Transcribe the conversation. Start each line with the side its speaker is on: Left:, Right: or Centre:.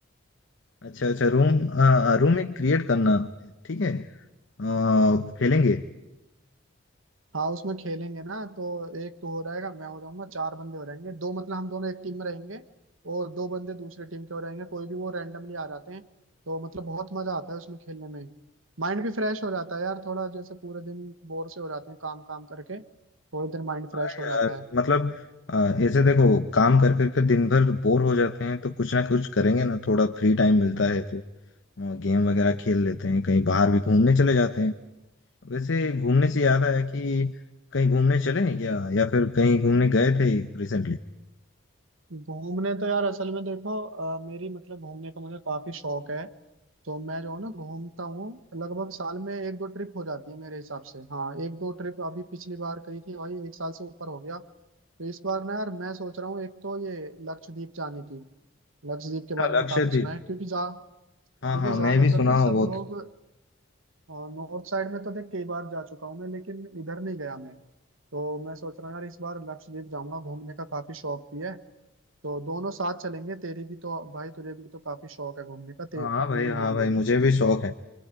Left: अच्छा अच्छा रूम आ, रूम एक क्रिएट करना ठीक है आ, खेलेंगे
Right: हाँ उसमें खेलेंगे ना तो एक तो हो रहेगा मैं हो जाऊंगा चार बंदे हो जाएंगे दो मतलब हम दोनों एक टीम में रहेंगे और दो बंदे दूसरी टीम के हो रहेंगे कोई भी वो रैंडमली आ जाते हैं तो मतलब बहुत मजा आता है उसमें खेलने में माइंड भी फ्रेश हो जाता है यार थोड़ा जैसे पूरे दिन बोर से हो जाते हैं काम काम करके थोड़े दिन माइंड फ्रेश
Left: हाँ
Right: हो
Left: यार
Right: जाता है
Left: मतलब आ, ऐसे देखो काम कर करके दिन भर बोर हो जाते हैं तो कुछ ना कुछ करेंगे ना थोड़ा फ्री टाइम मिलता है तो आ, गेम वगैरह खेल लेते हैं कहीं बाहर भी घूमने चले जाते हैं वैसे घूमने से याद आया कि कहीं घूमने चले हैं क्या या फिर कहीं घूमने गए थे रिसेंटली
Right: घूमने तो यार असल में देखो अ, मेरी मतलब घूमने का मुझे काफी शौक है तो मैं जो है ना घूमता हूँ लगभग साल में एक दो ट्रिप हो जाती है मेरे हिसाब से हाँ एक दो ट्रिप अभी पिछली बार करी थी भाई एक साल से ऊपर हो गया तो इस बार ना यार मैं सोच रहा हूँ एक तो ये लक्षद्वीप जाने की लक्षद्वीप के बारे
Left: अच्छा,
Right: में
Left: लक्षद्वीप
Right: काफी सुना है क्योंकि जा क्योंकि
Left: हाँ हाँ
Right: ज्यादातर
Left: मैं भी सुना
Right: ना
Left: हूँ
Right: सब
Left: बहुत
Right: लोग नॉर्थ साइड में तो देख कई बार जा चुका हूँ मैं लेकिन इधर नहीं गया मैं तो मैं सोच रहा हूँ यार इस बार लक्षद्वीप जाऊंगा घूमने का काफी शौक भी है तो दोनों साथ चलेंगे तेरी भी तो भाई तुझे भी तो काफी शौक है घूमने का
Left: हाँ
Right: तेरी
Left: भाई
Right: भी
Left: हाँ
Right: हॉबी
Left: भाई
Right: है
Left: मुझे
Right: ये
Left: भी शौक है